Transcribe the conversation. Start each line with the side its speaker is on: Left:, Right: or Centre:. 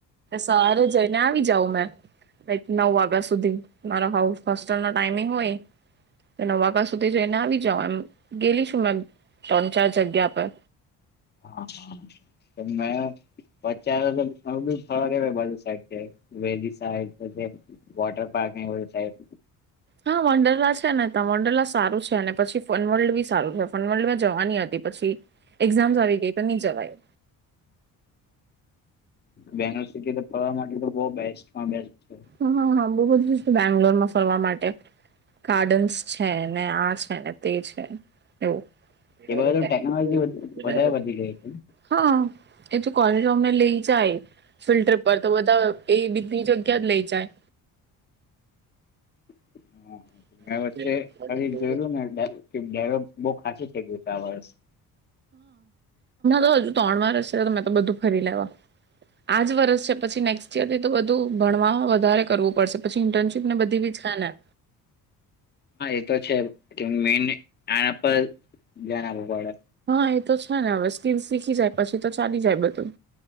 Right: સવારે જઈને આવી જાઉં મેં. નવ વાગ્યા સુધી મારા હોસ્ટલ નો ટાઈમિંગ હોય તો, સવારે નવ વાગ્યા સુધી જઈને આવી જાઉં, એમ ગેલી છું મેં ત્રણ ચાર જગ્યા પર.
Left: હા, હા. મે પચાર તો બી થવા કે બાજુ સાઈડ પેલી સાઈડ વોટર પાર્ક ન હોય, સાહેબ.
Right: હા વંડરલા છે ને, મોડલા સારું છે, અને પછી ફનવર્લ્ડ બી સારું છે. ફનવર્લ્ડ મેં જવાની હતી, પછી એક્ઝામ્સ
Left: <unintelligible>
Right: આવી ગઈ તો નહી જવાય
Left: બેનો સિટી તો ફરવા માટે તો બહ બેસ્ટમાં બેસ્ટ છે.
Right: હા હા હા બહુ બેંગ્લોરમાં ફરવા માટે ગાર્ડન્સ છે ને આ છે ને તે છે એવું
Left: એ
Right: <unintelligible>
Left: બધું તો ટેકનોલોજી વધારે વધી ગઈ છે
Right: <inaudible> હા. એ તો કર તમે લઈ જાય ફિલ્ટર પર તો બધા એ બી ની જગ્યા જ લઈ જાય.
Left: <inaudible>
Right: <unintelligible> <inaudible> હા.
Left: વચ્ચે
Right: હમણાં
Left: ખાલી જોયેલું ને ડેવલપ બહુ ખાસું થઈ ગયું છે આ વર્ષ
Right: તો હજુ ત્રણ વરષ છે તમે તો બધું ફરી લેવા આજ વરસ છે પછી નેક્સ્ટ યર થી તો બધું ભણવા વધારે કરવું પડશે પછી ઇન્ટનશ બધીવીજ ખાના
Left: હા એ તો છે કે મેન આના પર ધ્યાન આલવુ પડે.
Right: હા એ તો છે ને હવે સ્કીલ શીખી જાય પછી તો ચાલી જાય બધું